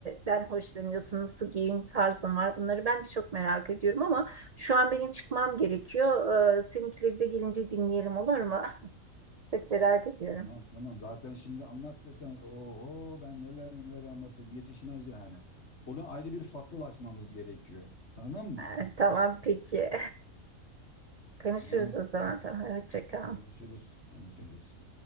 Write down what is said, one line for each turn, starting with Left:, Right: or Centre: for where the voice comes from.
Right: den hoşlanıyorsun, nasıl giyim tarzın var. Bunları ben de çok merak ediyorum ama şu an benim çıkmam gerekiyor. E, seninkileri de gelince dinleyelim olur mu? <laughs> Çok merak ediyorum.
Left: Tamam tamam zaten şimdi anlat desen oho ben neler neler anlatırım yetişmez yani. Ona ayrı bir fasıl açmamız gerekiyor. Tamam mı?
Right: E, tamam peki. <laughs> Konuşuruz
Left: Tamam.
Right: o zaman. Tamam, hoşça kal.
Left: Konuşuruz, konuşuruz.